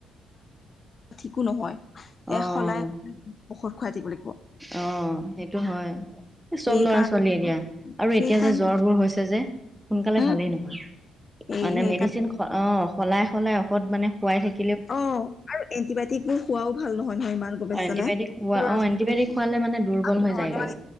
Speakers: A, on the left (about 40°); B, in the centre.
A: একো নহয়
B: অ',
A: এ সলাই <unintelligible> ঔষধ খুৱাই দিবলে।
B: অ সেইটো হয়। চব
A: সেইকাৰণে
B: ল'ৰা ছোৱালী এতিয়া আৰু
A: সেইকাৰণে
B: এতিয়া যে জ্বৰবোৰ হৈছ- সোনকালে
A: উম
B: ভালেই নহয়।
A: এই
B: মানে
A: সেইকাৰণে
B: মেডিচিন অ সলাই সলাই ঔষধ মানে খুৱাই থাকি-
A: অ আৰু এণ্টিবায়টিক বোৰ খোৱাও ভাল নহয়। নহয় ইমান গম পাইছানে
B: অ এণ্টিবায়টিক খোৱা,
A: ল'ৰা
B: অ
A: ছোৱালী
B: এণ্টিবায়টিক খোৱালে মানে দুৰ্বল
A: আৰু
B: হৈ
A: সিহঁতে
B: যায় গে।
A: মানে